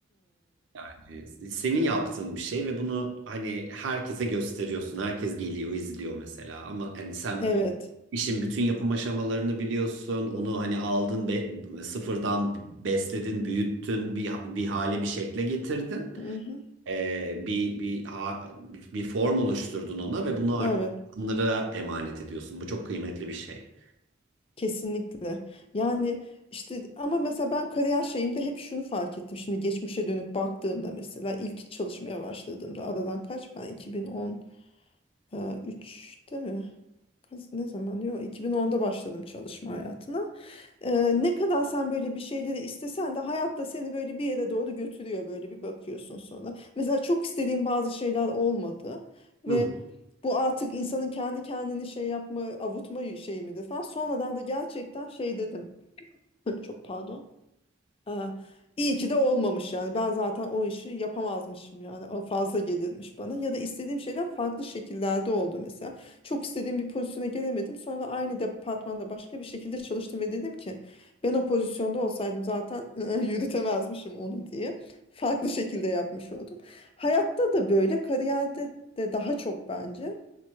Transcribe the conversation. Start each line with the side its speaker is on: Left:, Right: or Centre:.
Right: Yani e, senin yaptığın bir şey ve bunu hani herkese gösteriyorsun. Herkes geliyor, izliyor mesela. Ama hani sen
Left: evet.
Right: o işin bütün yapım aşamalarını biliyorsun. Onu hani aldın, be- sıfırdan besledin, büyüttün, bir, bir hale, bir şekle getirdin.
Left: Mhm.
Right: Ee, bir bir ha- bir form oluşturdun ona ve bunu artık
Left: Evet.
Right: onlara emanet ediyorsun. Bu çok kıymetli bir şey.
Left: Kesinlikle. Yani işte ama mesela ben kariyer şeyimde hep şunu fark ettim. Şimdi geçmişe dönüp baktığımda mesela ilk çalışmaya başladığımda aradan kaç ben 2010 Ee, Üçte mi? Kaz- Ne zaman? Yok, 2010'da başladım çalışma hayatına. Ee, ne kadar sen böyle bir şeyleri istesen de hayatta seni böyle bir yere doğru götürüyor böyle bir bakıyorsun sonra. Mesela çok istediğim bazı şeyler olmadı ve
Right: Hı.
Left: bu artık insanın kendi kendini şey yapma, avutma şeyi midir falan. Sonradan da gerçekten şey dedim. <clears throat> <laughs> Çok pardon. Aa, iyi ki de olmamış yani. Ben zaten o işi yapamazmışım yani. O fazla gelirmiş bana. Ya da istediğim şeyler farklı şekillerde oldu mesela. Çok istediğim bir pozisyona gelemedim. Sonra aynı departmanda başka bir şekilde çalıştım ve dedim ki ben o pozisyonda olsaydım zaten <laughs> yürütemezmişim onu diye. Farklı şekilde yapmış oldum. Hayatta da böyle, kariyerde de daha çok bence.